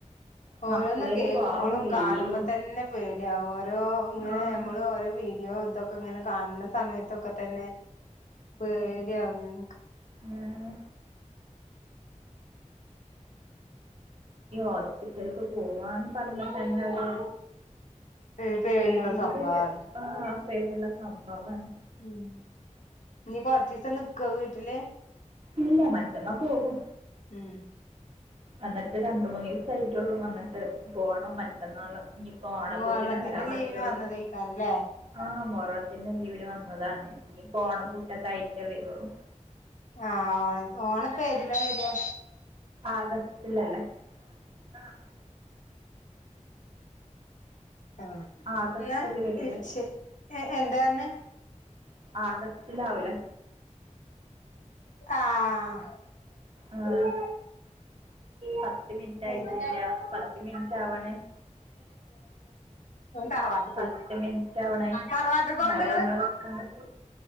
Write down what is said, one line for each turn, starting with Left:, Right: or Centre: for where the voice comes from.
Left: ഓരോന്ന്
Right: മക്കളേറ്റ്
Left: കേക്കുമ്പോളും
Right: പോവാൻ വയ്യേ.
Left: കാണുമ്പോ തന്നെ പേടിയാവ ഓരോ ഇങ്ങനെ
Right: ആഹ്
Left: നമ്മള് ഓരോ വീ ഡിയോ ഇതൊക്കെ ഇങ്ങനെ കാണുന്ന സമയത്തൊക്കെ തന്നെ പേടിയാവും ഞമുക്ക്
Right: മ്.. ഈ ഹോസ്പിറ്റലക്ക് പോവാന്ന് പറയുമ്പോ തന്നെ ഒരു
Left: ഒരു പേടിയുള്ള
Right: പേടിന്റൊരു
Left: സംഭവമാണ്
Right: ആ പേടിള്ള സംഭവമാണ്
Left: ഉം ഇനീ കൊറച്ച് ദിവസം നിക്കുവോ വീട്ടില്
Right: ഇല്ല മറ്റന്നാ പോകും
Left: ഉം..
Right: വന്നിട്ട് രണ്ട് മൂന്ന് ദിവസായിട്ടുള്ളൂ വന്നിട്ട് പോണം മറ്റന്നാള് ഇനി- ഓണപൂട്ടിനെ
Left: മുഹറത്തിന്റെ
Right: വരാൻ പറ്റുള്ളൂ
Left: ലീവിന് വന്നതേക്കാരല്ലേ
Right: ആ മോ ഉൽസവത്തിന്റെ ലീവിന് വന്നതാണ് ഇനിപ്പോ ഓണ പൂട്ടൊക്കെ ആയിട്ടേ വരുവൊള്ളൂ
Left: ആഹ് ഓണയിപ്പ ഏതിലാ വരികാ
Right: ആഗസ്റ്റിലല്ലേ ആഹ്
Left: ആഹ്
Right: ആഗസ്റ്റില്
Left: എന്നാ
Right: വരൂലേ
Left: ശരിയെ എന്താന്ന്
Right: ആഗസ്റ്റില് ആവൂലേ
Left: ആഹ്
Right: ആഹ് പത്ത് മിനിറ്റ് ആയിട്ടില്ല
Left: എന്ത്
Right: പത്ത് മിനിറ്റ് ആവണേ-
Left: ഞാൻ തറവാട്ടി പോയി
Right: പത്ത് മിനിറ്റ് ആവണേ
Left: തറവാട്ടി പോകുന്നുണ്ടോ
Right: എന്നാലേ നമ്മള്
Left: നിങ്ങള്
Right: വെക്കാൻ പറ്റൂ